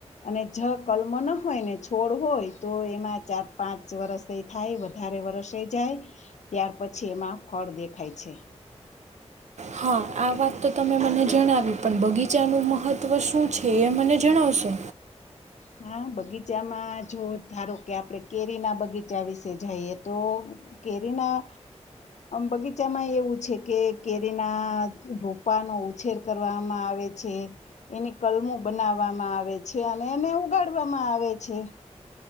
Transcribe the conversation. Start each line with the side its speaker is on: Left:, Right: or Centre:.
Left: અને જ કલમો ના હોય ને છોડ હોય તો એમાં ચાર પાંચ વરષ થાય વધારે વરષ જાય ત્યાર પછી એમાં ફળ દેખાય છે
Right: હા આ વાત તો તમે મને જણાવી પણ બગીચાનું મહત્ત્વ શું છે એ મને જણાવસો
Left: હા બગીચામાં જો ધારો કે આપણે કેરી ના બગીચા વિશે જઈએ તો કેરીના બગીચામાં એવું છે કે કેરીના રોપાનો ઉછેર કરવામાં આવે છે એની કલમો બનાવવામાં આવે છે અને એને ઉગાડવામાં આવે છે